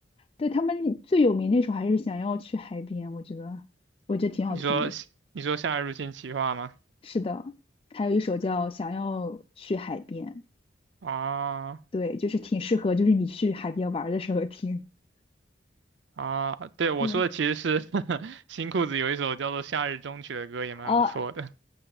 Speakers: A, on the left; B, on the right.
A: 对他们最有名那首还是想要去海边，我觉得我觉得挺好听的。
B: <laughs> 你说你说夏日入侵企划吗？
A: 是的，还有一首叫《想要去海边》，
B: 啊。
A: 对，就是挺适合，就是你去海边玩儿的时候听。
B: 啊，对，我说的其实是
A: 对，
B: <laughs> 新裤子有一首叫做《夏日终曲》的歌，也蛮不错的。
A: 啊